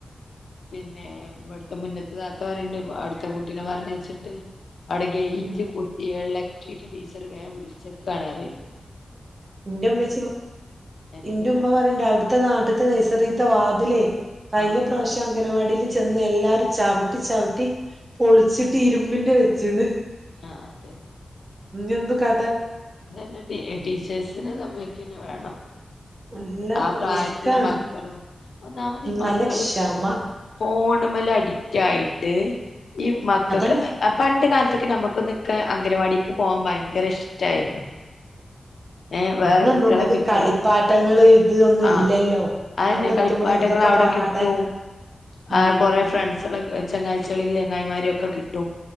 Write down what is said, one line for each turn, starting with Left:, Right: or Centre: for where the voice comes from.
Left: പിന്നെ ഇവിടുത്തെ മുന്നൽത്തെ താ ത്ത പറണ്ട് അവിടുത്തെ കുട്ടീനെ പറഞ്ഞയച്ചിട്ട് ആടെ ഗേറ്റ്
Right: ഉം
Left: കുത്തി എള ക്കിട്ട് ടീച്ചർ വേഗം വിളിച്ച പറയണുണ്ട്
Right: എന്റെ ഉമ്മ
Left: എന്ത്
Right: എന്റെ
Left: കാട്ടി
Right: ഉമ്മ പറയണ്ട് അവിടുത്തെ നാട്ടത്തെ നൈസറി ത്തെ വാതിലേ കഴിഞ്ഞ
Left: ആഹ്
Right: പ്രാവശ്യം അംഗനവാടി വാടീൽ ചെന്ന എല്ലാരും ചവിട്ടി ചവിട്ടി പൊളിച്ചിട്ട് ഇരുമ്പിന്റെ വെച്ചൂന്ന്‌
Left: ആ അതന്നെ
Right: ഇനിയെന്ത് കാ
Left: ന്നെ ടീച്ചേഴ്സ് സിനെ സമ്മതിക്കെ തന്നെ വേണം
Right: നല്ല
Left: ആ പ്രായത്തിലുള്ള
Right: റിസ്ക്കാണ്.
Left: മക്കളോ ഒന്നാമത്
Right: ഉം,
Left: ഈ മക്കള്
Right: നല്ല ക്ഷമ
Left: ഫോൺ ണുമല് അഡിക്റ്റ് ആയിട്ട് ഈ മക്കൾക്ക്
Right: അതാണ്
Left: പണ്ട് കാല അന്നൊക്കെ നമുക്കൊന്നൊക്കെ അൻഗനവാടിക്ക് പോവാൻ ഭയങ്കര ഇഷ് ടായിരുന്നു ഏ വേറെ
Right: അന്നൊന്നും
Left: കുട്ട്യാളെ
Right: നമ്മക്ക്
Left: കിട്ട
Right: കളിപ്പാട്ടങ്ങള് ഇത് ഒന്നും
Left: ആ
Right: ഇല്ലല്ലോ.
Left: അതെന്നെ
Right: അവിടെ
Left: കളിപ്പാട്ടങ്ങള്
Right: എത്തുമ്പളല്ലേ ഇതൊക്കെ
Left: അവിടെ
Right: പാടെ
Left: കിട്ടും
Right: ഉം
Left: അ കൊറെ ഫ്രണ്ട്സാൽ ചെങ്ങായ്ചാളേം ചെങ്ങായിമാരേം ഒക്കെ കിട്ടും